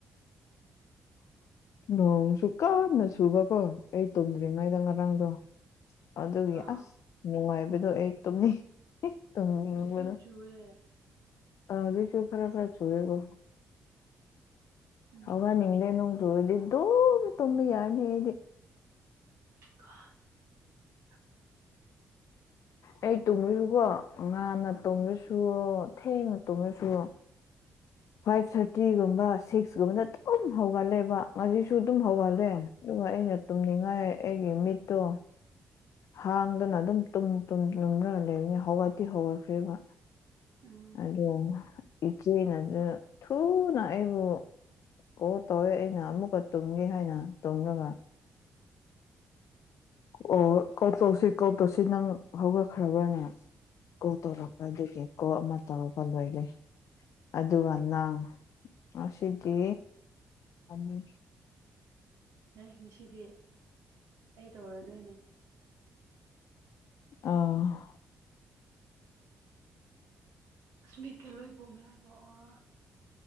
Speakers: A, on the left; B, on the right.
A: ꯅꯣꯡ ꯁꯨꯀꯥ ꯋꯥꯗ ꯅ ꯁꯨꯕꯀꯣ ꯑꯩ ꯇꯨꯝꯗ꯭ꯔꯤꯉꯩꯗ ꯉꯔꯥꯡꯗꯣ ꯑꯗꯨꯒꯤ
B: ꯑ
A: ꯑꯁ ꯅꯨꯡꯉꯥꯏꯕꯗꯣ ꯑꯩ ꯇꯨꯝꯅꯤꯡ ꯇꯨꯝꯅꯤꯡꯕꯗꯣ
B: ꯍꯧꯖꯤꯛꯁꯨ ꯆꯨꯋꯦ
A: ꯑꯗ ꯀꯣ ꯈꯔ ꯈꯔꯆꯒꯦꯒꯣ
B: ꯎꯝ
A: ꯑꯋꯥ ꯅꯤꯡꯗꯦ ꯅꯪ ꯌꯣꯨꯔꯗꯗꯨꯣ ꯇꯨꯝꯝꯕ ꯌꯥꯔꯅꯦꯗꯤ
B: <inaudible>
A: ꯑꯩ ꯇꯨꯝꯂꯖꯨꯀꯣ ꯉꯥꯅ ꯇꯨꯝꯔꯁꯨ
B: ꯎꯝ
A: ꯊꯦꯡꯅ ꯇꯨꯝꯔꯁꯨ ꯐꯥꯏꯚ ꯊꯥꯔꯇꯤꯒꯨꯝꯕ ꯁꯤꯛꯁ ꯒꯨꯝꯕꯗ ꯑꯗꯨꯝ ꯍꯧꯒꯜꯂꯦꯕ ꯉꯁꯤꯁꯨ ꯑꯗꯨꯝ
B: ꯑ
A: ꯍꯧꯒꯜꯂꯦ ꯑꯗꯨꯒ ꯑꯩꯅ ꯇꯨꯝꯅꯤꯡꯉꯥꯏ ꯑꯩꯒꯤ ꯃꯤꯠꯇꯣ ꯍꯥꯡꯗꯅ ꯑꯗꯨꯝ ꯇꯨꯝ ꯇꯨꯝ ꯇꯨꯝꯔꯒ ꯂꯩꯕꯅꯤ ꯍꯧꯒꯠꯇꯤ ꯍꯧꯒꯠꯈ꯭ꯔꯦꯕ
B: ꯎꯝ
A: ꯗꯣꯡ ꯏꯆꯦꯅꯗ ꯊꯨꯅ ꯑꯩꯕꯨ ꯑꯣ ꯇꯧꯋꯦ ꯑꯩꯅ ꯑꯃꯨꯛꯀ ꯇꯨꯝꯒꯦ ꯍꯥꯏꯅ ꯇꯨꯝꯔꯒ
B: ꯎꯝ
A: ꯑꯣ ꯀꯣꯛ ꯆꯧꯁꯤ ꯀꯣꯛ ꯇꯣꯁꯤ ꯅꯪ ꯍꯧꯒꯈ꯭ꯔꯕ꯭ꯔꯥ ꯅ ꯀꯣꯜ ꯇꯧꯔꯝꯄ ꯑꯗꯨꯒꯤꯟ ꯀꯣ ꯑꯃ ꯇꯧꯔꯛꯄ ꯂꯣꯏꯔꯦ ꯑꯗꯨꯒ ꯅꯥꯡ ꯑꯁꯤ ꯇꯤ ꯑꯅꯤ
B: ꯑꯩ ꯉꯁꯤꯗꯤ ꯑꯩ ꯇꯧꯔꯗꯣꯏꯅꯦ
A: ꯑꯥ
B: ꯑꯁꯃꯤꯠ ꯀ ꯂꯣꯏ ꯄꯣꯃꯦ ꯍꯥꯏꯕ ꯑ